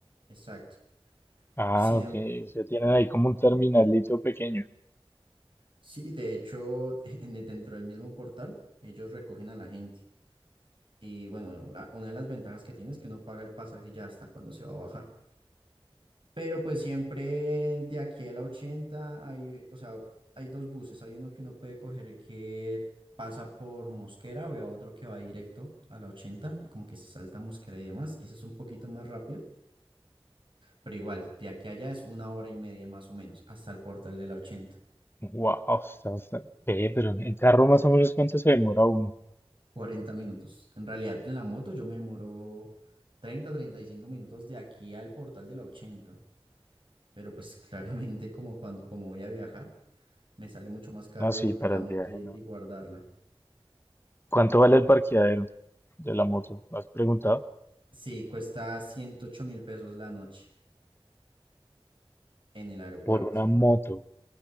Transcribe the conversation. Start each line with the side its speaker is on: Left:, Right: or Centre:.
Right: Exacto.
Left: Ah,
Right: Sin,
Left: ok,
Right: em-
Left: o sea, tienen ahí como un terminalito pequeño.
Right: Sí, de hecho, <laughs> en el- dentro del mismo portal, ellos recogen a la gente. Y bueno, la- una de las ventajas que tiene es que uno paga el pasaje ya hasta cuando se va a bajar. Pero pues siempre de aquí a la 80 hay, o sea, hay dos buses. Hay uno que uno puede coger que pasa por Mosquera o hay otro que va directo a la 80 y como que se salta Mosquera y demás. Y ese es un poquito más rápido. Pero igual, de aquí a allá es una hora y media más o menos hasta el portal de la 80.
Left: Wow, está, está- Ve, pero en carro más o menos cuánto se demora uno.
Right: cuarenta minutos. En realidad, en la moto yo me demoro treinta, treinta y cinco minutos de aquí al portal de la ochenta, Pero pues <laughs> claramente como cuando como voy a viajar, me sale mucho más caro
Left: No, sí,
Right: irme
Left: para
Right: en la
Left: el
Right: moto
Left: viaje
Right: y,
Left: no.
Right: y guardarla.
Left: ¿Cuánto vale el parqueadero de la moto? ¿Has preguntado?
Right: Sí, cuesta ciento ocho mil pesos la noche en el aeropuerto
Left: Por una moto.